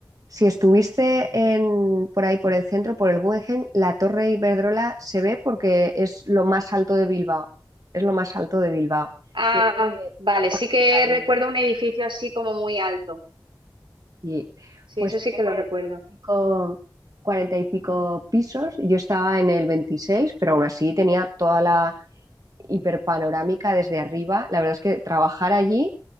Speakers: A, on the right; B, on the right.
A: si estuviste en, por ahí, por el centro, por el Guggenheim, la Torre Iberdrola se ve porque es lo más alto de Bilbao. Es lo más alto de Bilbao.
B: Ah,
A: Tiene
B: vale,
A: 40
B: sí que recuerdo un edificio así como muy alto.
A: y,
B: Sí,
A: pues
B: eso
A: tiene
B: sí que lo
A: 40
B: recuerdo.
A: y pico, 40 y pico pisos. Yo estaba en el 26, pero aún así tenía toda la hiperpanorámica desde arriba. La verdad es que trabajar allí